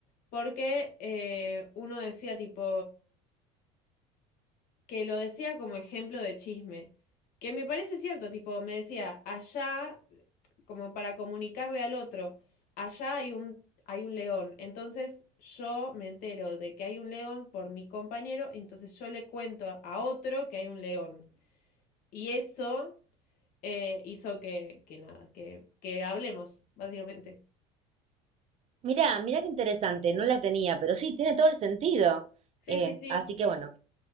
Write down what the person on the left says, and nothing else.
porque eh, uno decía tipo, que lo decía como ejemplo de chisme, que me parece cierto, tipo, me decía, allá, como para comunicarle al otro, allá hay un, hay un león, entonces yo me entero de que hay un león por mi compañero, entonces yo le cuento a otro que hay un león. Y eso eh, hizo que, que nada, que, que hablemos, básicamente.
Sí,
sí, sí,